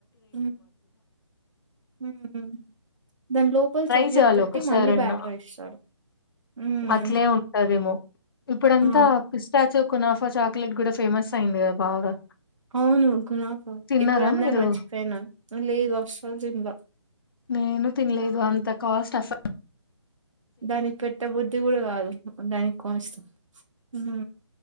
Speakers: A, on the right; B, on the left.
A: హు ఉం దాని లోపల
B: ట్రై
A: చాక్లేట్
B: చేయాలి
A: పెట్టి
B: ఒకసారన్న
A: మళ్ళీ బ్యాటర్ ఏస్తారు. హ్మ్.
B: అట్లే ఉంటదేమో ఇప్పుడంతా
A: ఆ!
B: ఫిస్టాచ కొ నాఫాస చాక్లెట్ కూడా ఫేమస్ అయింది కదా బాగా
A: అవునుకుణకు
B: తిన్నారా
A: ఇప్పుడు అందరు
B: మీరు
A: మర్చిపోయిన లేదు అసలు తింల
B: నేను తినలేదు అంత కాస్ట్ అసలు
A: దానికి పెట్ట బుద్ధి ఇది కూడా కాదు దానికి కోస్తా హు